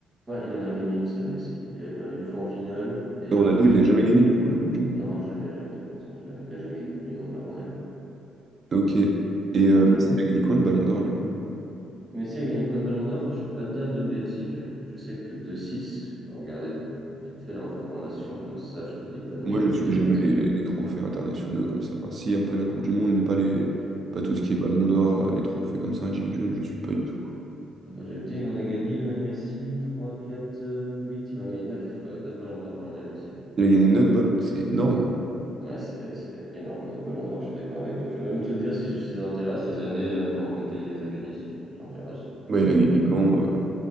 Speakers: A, on the right (about 20°); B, on the right (about 45°).
A: Ouais, il en a gagné une seule, Messi. Il avait perdu une fois en finale. Et
B: Et Ronaldo,
A: euh,
B: il
A: si-
B: l'a jamais gagné, du coup, la Coupe du Monde.
A: non, jamais, jamais. Ils ont jamais- Il a jamais gagné de Coupe du Monde, euh, Ronaldo.
B: Ok. Et euh,
A: Aucune.
B: Messi a gagné combien de ballons d'or, du coup?
A: Messi a gagné combien de ballons d'or? Je ne vais pas te dire de bêtises. Je, je sais que plus de 6. Je vais regarder vite fait l'information, comme ça, je te dis pas de, mé-
B: Moi, je suis
A: de bêtises.
B: jamais les, les trophées internationaux comme ça. Enfin, si, un peu la Coupe du Monde, mais pas les, pas tout ce qui est Ballon d'Or, euh, les trophées comme ça individuels, je suis pas du tout.
A: Bon, Bah, je vais te dire, il en a gagné, Lionel Messi, 3, 4, euh, 8. Il en a gagné 9 ballons d'or pour Lionel Messi.
B: Il a gagné 9, balles, c'est énorme.
A: Ouais, c'est c'est énorme, Neuf ballons d'or, je suis d'accord avec toi. Je peux même te dire si, si ça t'intéresse les années euh, dans lesquelles il les a gagnés, si ça t'intéresse.
B: Ouais,
A: Tu
B: il
A: me,
B: a gagné quand euh,